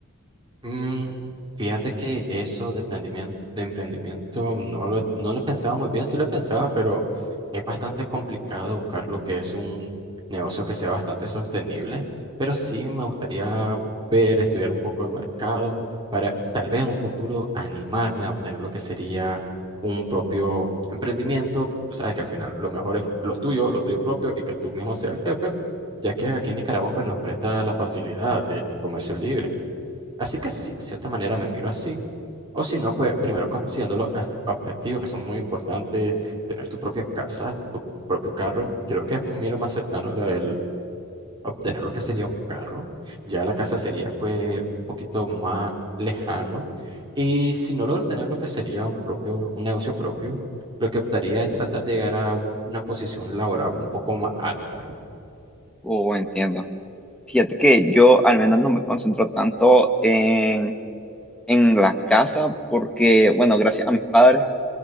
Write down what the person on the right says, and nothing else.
Mm, fíjate que eso de emprendimiento, de emprendimiento no lo, no lo pensaba muy bien, sí lo pensaba, pero es bastante complicado buscar lo que es un negocio que sea bastante sostenible. Pero sí me gustaría ver, estudiar un poco de mercado para tal vez en un futuro animarme a obtener lo que sería un propio emprendimiento. porque Tú sabes que al final lo mejor es lo tuyo, lo tuyo propio y que tú mismo seas el jefe, ya que aquí en Nicaragua pues nos presta la facilidad del comercio libre. Así que sí, de cierta manera me miro así. O si no, pues primero considerando los eh, objetivos que son muy importantes, tener tu propia casa, tu propio carro. Creo que es un miro más cercano lo del obtener lo que sería un carro. Ya la casa sería pues un poquito más lejano. Y si no logro tener lo que sería un propio, un negocio propio, lo que optaría es tratar de llegar a un- una posición laboral un poco más alta.